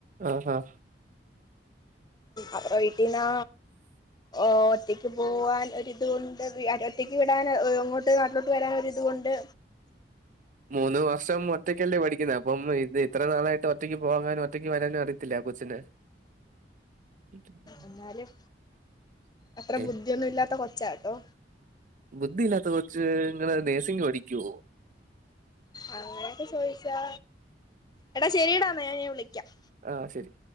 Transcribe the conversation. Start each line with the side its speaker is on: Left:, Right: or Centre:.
Right: ആ ആ
Left: അവരെ വീട്ടിന്നാ ഓ ഒറ്റക്ക് പോവാൻ ഒരിതുണ്ട്. വി ഒറ്റയ്ക്ക് വിടാൻ ഇങ്ങോട്ട് നാട്ടിലോട്ട് വരാൻ ഒരിതും ണ്ട്.
Right: മൂന്ന് വർഷം ഒറ്റയ്ക്കല്ലേ പഠിക്കുന്നേ അപ്പം ഇത് ഇത്ര നാളായി ഒറ്റയ്ക്ക് പോകാനും ഒറ്റയ്ക്ക് വരാനും അറി യത്തില്ലേ ആ കൊച്ചിന്? <inaudible>
Left: എന്നാലും അത്ര
Right: ഏഹ്
Left: ബുദ്ധ്യന്നും ഇല്ലാത്ത കൊ ച്ചാട്ടോ.
Right: ബുദ്ധിയില്ലാത്ത കൊച്ച് നിങ്ങള് നേഴ്സിംഗ് പഠിക്കുവോ
Left: അങ്ങനെയൊക്കെ ചോയ്ച്ചാ എടാ ശരിടാന്നാ ഞാൻ ഇനി വിളിക്കാം.
Right: ആ ശരി.